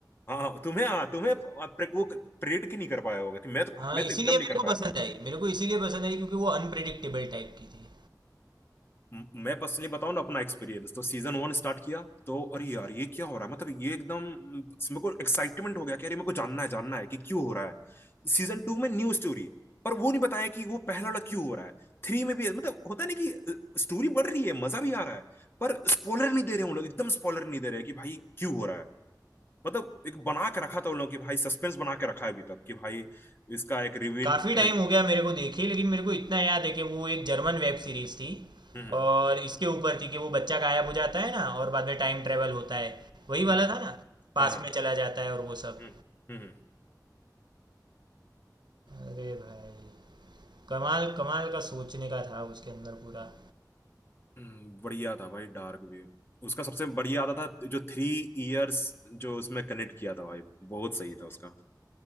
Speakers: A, on the left; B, on the right.
A: हाँ हाँ, तुम्हें हाँ तुम्हें प्रे- वो प्रेडिक्ट ही नहीं कर पाया होगा कि मैं तो
B: हाँ
A: मैं तो
B: इसीलिए
A: एकदम नहीं
B: मेरे
A: कर
B: को
A: पाया
B: पसंद
A: था
B: आई मेरे को इसीलिए पसंद आई क्योंकि वो अनप्रिडिक्टेबल टाइप की थी
A: म- मैं पर्सनली बताऊं ना अपना एक्सपीरियंस तो सीजन वन स्टार्ट किया तो अरे यार ये क्या हो रहा है मतलब ये एकदम मेरे को एक्साइटमेंट हो गया कि अरे मेरे को जानना है जानना है कि क्यों हो रहा है सीजन टू में न्यू स्टोरी है, पर वो नहीं बताया कि वो पहला वाला क्यों हो रहा है थ्री में भी मतलब होता नहीं कि स्टोरी बढ़ रही है मजा भी आ रहा है पर स्पॉइलर नहीं दे रहे उन लोग एकदम स्पॉइलर नहीं दे रहे कि भाई क्यों हो रहा है मतलब एक बना के रखा था उन लोगों कि भाई सस्पेंस बना के रखा है अभी तक कि भाई इसका एक रिवील
B: काफ़ी
A: करेगा
B: टाइम हो गया मेरे को देखे लेकिन मेरे को इतना याद है कि वो एक जर्मन वेब सीरीज थी
A: हम्म हम्म
B: और इसके ऊपर थी कि वो बच्चा गायब हो जाता है ना और बाद में टाइम ट्रेवल होता है वही
A: हम्म,
B: वाला था ना पास
A: हाँ हाँ
B: में चला जाता है और वो सब
A: हम्म हम्म हम्म।
B: अरे भाई कमाल कमाल का सोचने का था उसके अंदर पूरा
A: हम्म, बढ़िया था भाई डार्क वेव उसका सबसे बढ़िया आता था जो थ्री इयर्स जो उसमें कनेक्ट किया था भाई बहुत सही था उसका